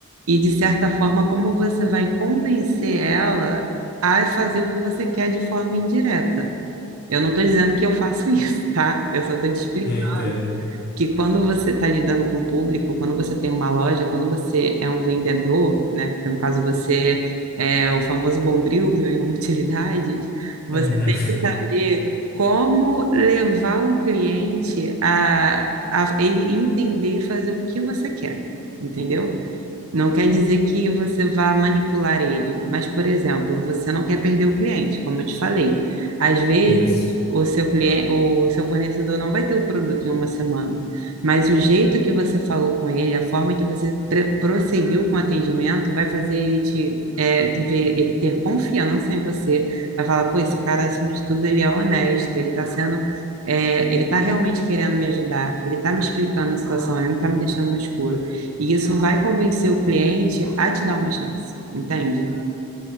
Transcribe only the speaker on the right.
e, de certa forma, como você vai convencer ela a fazer o que você quer de forma indireta. Eu não estou dizendo que eu faço <laughs> isso, tá? Eu só estou te explicando
que quando você está lidando com o público, quando você tem uma loja, quando você é um vendedor, né? Porque no caso você é o famoso bombril, mil e uma utilidades, você
tem que saber como levar o cliente a, a ele entender e fazer o que você quer, entendeu? Não quer dizer que você vá manipular ele, mas, por exemplo, você não quer perder o cliente, como eu te falei. Às vezes,
o seu cliente, o seu fornecedor não vai ter o produto em uma semana, mas o jeito que você falou com ele, a forma que você pre- prosseguiu com o atendimento, vai fazer ele te, é, ver, ele ter confiança em você, vai falar, pô, esse cara, acima de tudo, ele é honesto, ele está sendo, é, ele está realmente querendo me ajudar, ele está me explicando a situação, ele não está me deixando no escuro. E isso vai convencer o cliente a te dar uma chance, entende?